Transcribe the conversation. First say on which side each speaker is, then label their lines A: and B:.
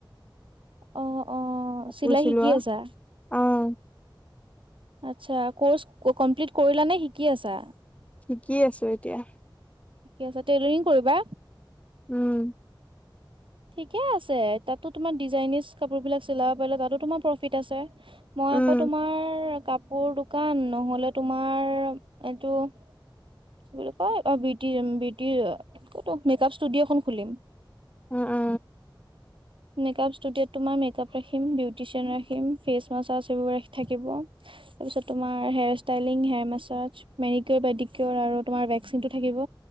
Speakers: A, on the right (about 80°); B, on the left (about 15°).
A: অ'অ'চিলাই
B: কাপোৰ চিলোৱা।
A: শিকি আছা?
B: অ',
A: আচ্ছা, কৰ্চ কমপ্লিট কৰিলা নে শিকি আছা?
B: শিকি আছো এতিয়া।
A: ঠিকে আছে, টেইলেৰিং কৰিবা?
B: উম,
A: ঠিকেই আছে, তাতো তোমাৰ ডিজাইনিজ কাপোৰ বিলাক চিলাব পাৰিলে, তাতো তোমাৰ প্ৰফিট আছে। মই
B: উম,
A: আকৌ তোমাৰ কা পোৰ দোকান নহ'লে তোমাৰ এইটো। কি বুলি কয় বিউটি-বিউটি কতো মেকাপ ষ্টুডিঅ' এখন খুলিম।
B: উম, উম।
A: মেকাঁপ ষ্টুডিঅ'ত তোমাৰ মেকাপ ৰাখিম, বিউটিচিয়ান ৰাখিম, ফেচ মাছাছবোৰ সেইবোৰ ৰা থাকিব। তাৰপিছত তোমাৰ হেয়াৰষ্টাইলিইং হেয়াৰমাচাজ মেৰিকল বাদিকীয়ৰ আৰু তোমাৰ ভেকচিনটো থাকিব।